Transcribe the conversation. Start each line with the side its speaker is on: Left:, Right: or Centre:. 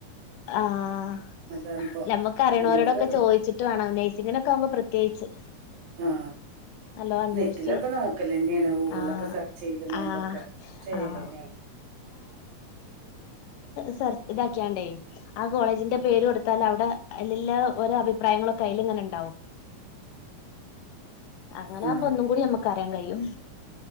Left: ആഹ്
Right: അതാണിപ്പോ
Left: ഞമ്മക്ക് അറീണോരോടൊക്കെ
Right: നമ്മക്ക്
Left: ചോയ്ച്ചിട്ട് വേണം നൈസിങ്ങിനൊക്കെ ആവുമ്പോ പ്രത്യേകിച്ച്.
Right: ആ
Left: നല്ലോം അന്വേഷിച്ച്
Right: നെറ്റിലൊക്കെ നോക്കലെന്നേണ് ഗൂഗിളിലൊക്കെ
Left: ആഹ്
Right: സെർചെയ്ത്ങ്ങാണ്ടൊക്കെ
Left: ആഹ്
Right: ചെയ്യലെന്നേണ്.
Left: ആഹ് സെർ ഇതാക്കിയാണ്ടെ ആ കോളേജിന്റെ പേര് കൊടുത്താൽ അവടെ ഐ ള്ള ഓരോ അഭിപ്രായങ്ങളൊക്കെ ഐലൽങ്ങനെണ്ടാവും അങ്ങനാവുമ്പോ
Right: ആ
Left: ഒന്നുംകൂടി നമ്മക്കറിയാൻ കഴിയും.